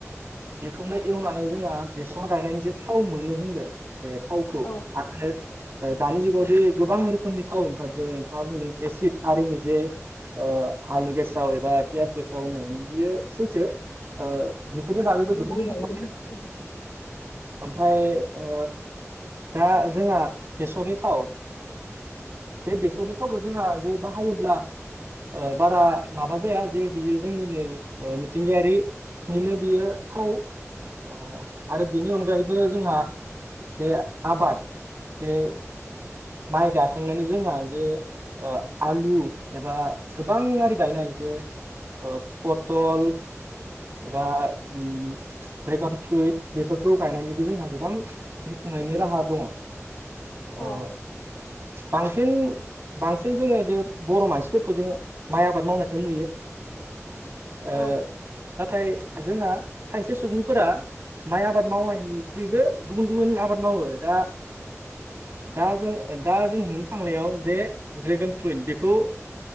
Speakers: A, on the right (about 50°); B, on the left (about 80°).
A: बेखौनो एवनानै जोंहा बेसर गायनानै जे थाव मोनो होनदो बे थावखौ
B: औ
A: आरो दानि जुगावदि गोबां रोखोमनि थाव ओंखारदों नोंथाङा बुंदों एसिड आरिनि जे ओ आलु गेसाव एबा पियास गेसाव होननायनि बियो सैथो ओ बेफोरनि
B: औ
A: बागैबो गोबां
B: <inaudible>
A: ओमफ्राय ओ दा जोंहा बेसरनि थाव बे बेसरनि थावखौ जोंहा जे बाहायोब्ला ओ बारा माबा जाया जे बियो जोंनिनो मिथिंगायारि बेनो बियो थाव ओ आरो बेनि अनगायैबो जोंहा जे आबाद जे माइ गायखांनानै जोंहा जे ओ आलु एबा गोबां आरि गायनो हायो जे ओ पटल एबा ओम ड्रेगन फ्रुइट बेफोरखौ गायनानैबो जोंहा गोबां जिउ खुंनायनि राहा दङ
B: औ
A: ओ बांसिन बांसिन जोङो बे बर' मानसिफोरखौ जोङो माइ आबाद मावनायखौ नुयो ओ
B: औ
A: नाथाय जोंहा खायसे सुबुंफोरा माइ आबाद मावनायनिख्रुइबो गुबुन गुबुन आबाद मावो दा दा जों दा जों नुनो थांनायाव जे ड्रेगन फ्रुइट बेखौ